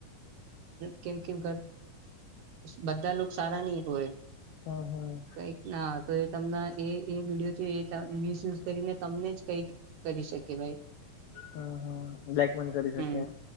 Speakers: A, on the right; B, on the left.
A: કેમ કેમ બધા લોકો, સારા નઇ હોય.
B: હ હ
A: કઈક ના તો એ તમના એ વિડીયો છે એ મિસયુઝ કરીને તમને જ કઈક કરી શકે ભાઈ
B: હ હ બ્લેકમેન કરી
A: હમ
B: શકે એમ